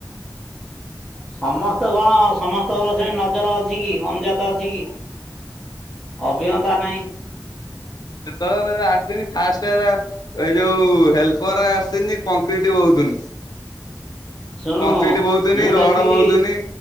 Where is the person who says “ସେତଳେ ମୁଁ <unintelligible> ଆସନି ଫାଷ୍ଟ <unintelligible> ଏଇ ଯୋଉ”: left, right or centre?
Left